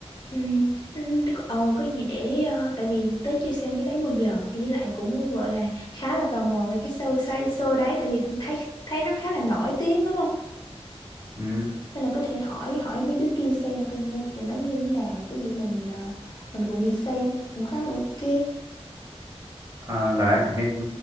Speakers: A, on the left (about 40°); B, on the right (about 30°).
A: Ừ, nên ờ, có gì để ờ, tại vì tới chưa xem cái đấy bao giờ với lại cũng gọi là khá là tò mò về cái show show đấy tại vì thấy thấy nó khá là nổi tiếng đúng không?
B: ừ.
A: Nên là có thể hỏi hỏi mấy đứa kia xem coi như tụi nó như thế nào, cái gì mình ờ, mình cùng đi xem cũng khá là ok.
B: Ờ, đấy thì ừ,